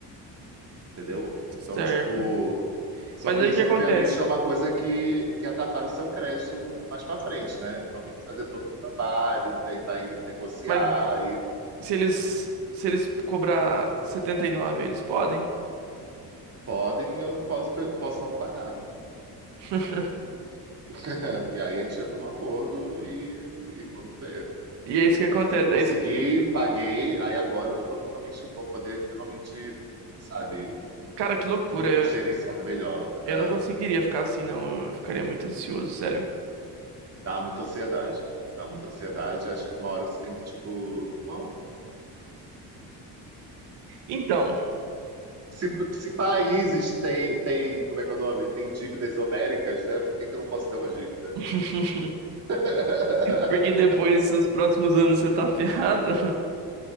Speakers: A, on the right; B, on the right.
A: entendeu? Então,
B: Certo.
A: tipo, só
B: Mas
A: que
B: aí
A: isso,
B: o que acontece?
A: obviamente, é uma coisa que, que atrapalha o seu crédito mais para frente, né? Então tem que fazer todo um trabalho, tentar negociar
B: Mas
A: e
B: se eles se eles cobrar 79, eles podem?
A: podem, eu não posso, posso não pagar.
B: <laughs>
A: <laughs> E aí a gente entra num acordo e, e vamos ver,
B: E
A: entendeu?
B: é isso que acontece.
A: Mas enfim, consegui,
B: É isso-
A: paguei, aí agora eu tô finalmente, vou poder finalmente, sabe,
B: Cara, que loucura.
A: me-
B: Eu,
A: gerenciar melhor.
B: eu
A: É,
B: não conseguiria ficar assim, não. Eu ficaria muito ansioso, sério.
A: dá muita ansiedade. Dá muita ansiedade, aí chega uma hora que você tem que, tipo, bom,
B: Então,
A: Se, se países têm, têm, como é que é o nome? Tem dívidas homéricas, né? Por que que eu não posso ter uma dívida?
B: <laughs>
A: <laughs>
B: Porque depois, nos próximos anos, você tá ferrado.